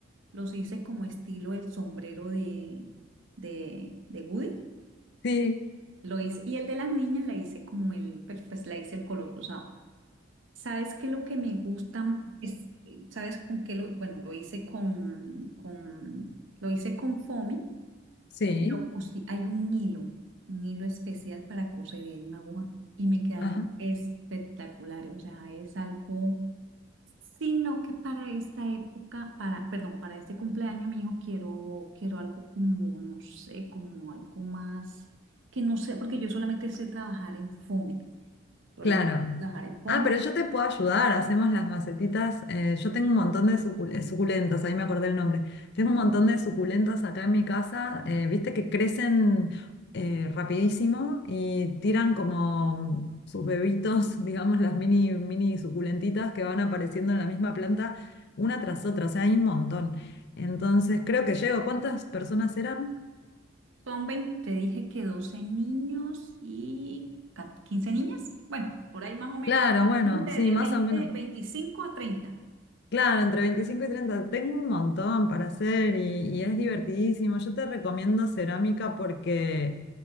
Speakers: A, on the right; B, on the left.
A: Los hice como estilo el sombrero de, de, de Woody.
B: sí,
A: Lo hice, y el de las niñas la hice como el, pues pues, la hice el color rosado. ¿Sabes qué? Lo que me gusta es, ¿sabes con qué lo, bueno, lo hice con, con, lo hice con foamy,
B: sí.
A: lo cosí, hay un hilo, un hilo especial para coser y hay una aguja y me quedaron
B: Ajá,
A: espectaculares, o sea, es algo sino que para esta época, para, perdón, para este cumpleaños, mi hijo, quiero, quiero algo como, no sé, como algo más, que no sé, porque yo solamente sé trabajar en FOMI, solamente
B: claro.
A: sé trabajar en FOMI.
B: Ah, pero yo te puedo ayudar. Hacemos las macetitas. eh, yo tengo un montón de sucul- eh, suculentas, ahí me acordé el nombre. Tengo un montón de suculentas acá en mi casa. eh, viste que crecen eh, rapidísimo y tiran como sus bebitos, <laughs> digamos, las mini, mini suculentitas que van apareciendo en la misma planta una tras otra. O sea, hay un montón. Entonces, creo que llego. ¿Cuántas personas eran?
A: Son 20 te dije que 12 niños y ca- 15 niñas, bueno, por ahí más o menos,
B: Claro, bueno,
A: ponle
B: sí,
A: de
B: más
A: 20
B: o menos.
A: 25 a 30
B: Claro, entre 25 y 30. Tengo un montón para hacer y, y es divertidísimo. Yo te recomiendo cerámica porque,